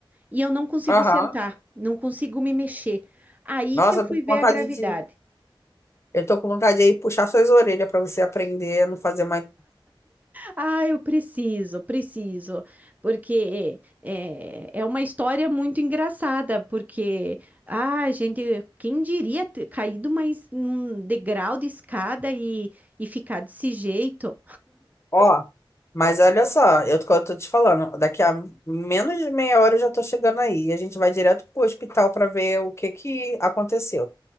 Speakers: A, on the right; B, on the left.
A: e eu não consigo
B: Aham.
A: sentar, não consigo me mexer. Aí
B: Nossa,
A: que eu fui
B: eu tô
A: ver
B: com vontade
A: a gravidade.
B: de. Eu tô com vontade aí puxar suas orelhas pra você aprender a não fazer mais.
A: Ah, eu preciso, preciso, porque é, é uma história muito engraçada, porque, ah, gente, quem diria ter caído mais um degrau de escada e, e ficar desse jeito?
B: Ó, mas olha só, eu tô, eu tô te falando, daqui a menos de meia hora eu já tô chegando aí. A gente vai direto pro hospital pra ver o que que aconteceu.